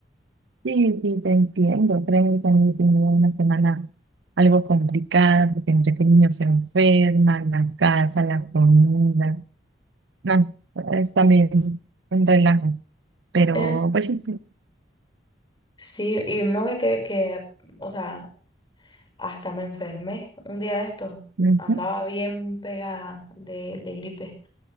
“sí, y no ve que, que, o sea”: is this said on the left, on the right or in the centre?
Left